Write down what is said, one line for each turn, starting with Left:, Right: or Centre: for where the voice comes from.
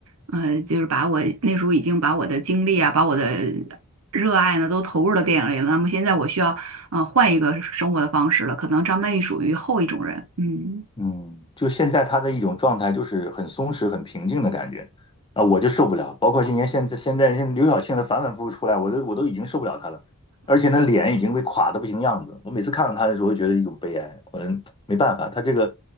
Right: 呃就是把我那时候已经把我的精力啊，把我的热爱呢都投入到电影里了，那么现在我需要呃换一个生活的方式了，可能张曼玉属于后一种人，嗯。
Left: 嗯，就现在他的一种状态就是很松弛、很平静的感觉，啊，我就受不了。包括今年现在现在像刘晓庆的反反复复出来，我都我都已经受不了她了，而且那脸已经被垮的不行样子。我每次看到她的时候，觉得一种悲哀。我没办法，她这个